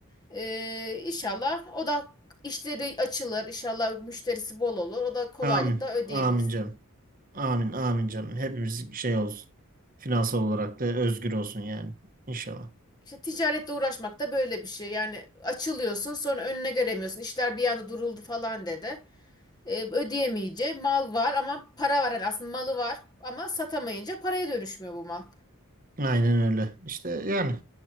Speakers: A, on the left; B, on the right.
A: Ee, inşallah o da işleri açılır. İnşallah müşterisi bol olur. O da kolaylıkla
B: Amin.
A: ödeyebilsin.
B: Amin canım. Amin. Amin canım. Hepimiz şey olsun. Finansal olarak da özgür olsun yani. İnşallah.
A: İşte ticaretle uğraşmak da böyle bir şey. Yani açılıyorsun sonra önüne göremiyorsun. İşler bir anda duruldu falan dedi. Ee, ödeyemeyince mal var ama para var. Yani aslında malı var ama satamayınca paraya dönüşmüyor bu mal.
B: Aynen öyle. İşte yani